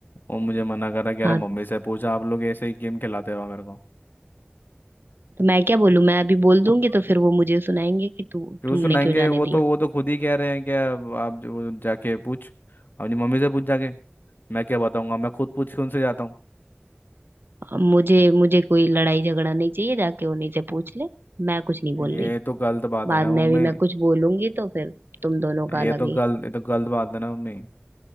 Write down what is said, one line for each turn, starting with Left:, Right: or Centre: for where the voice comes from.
Left: वो मुझे मना कर रहा कि अरे
Right: हाँ
Left: मम्मी से पूछा आप लोग ऐसे ही गेम खिलाते रहो मेरे को
Right: तो मैं क्या बोलूं मैं अभी बोल दूंगी तो फिर वो मुझे सुनाएंगे कि तू
Left: क्यों
Right: तुमने
Left: सुनाएंगे
Right: क्यों जाने
Left: वो तो
Right: दिया
Left: वो तो खुद ही कह रहे हैं कि अब आप जो जाके पूछ अपनी मम्मी से पूछ जाके मैं क्या बताऊंगा मैं खुद पूछ के उनसे जाता हूँ
Right: अब मुझे मुझे कोई लड़ाई झगड़ा नहीं चाहिए जाके उन्हीं से पूछ ले मैं कुछ नहीं बोल
Left: ये
Right: रही
Left: तो गलत बात
Right: बाद
Left: है ना मम्मी
Right: में भी मैं कुछ बोलूंगी तो फिर तुम दोनों का
Left: ये
Right: अलग
Left: तो
Right: ही
Left: गलत ये तो गलत बात है ना मम्मी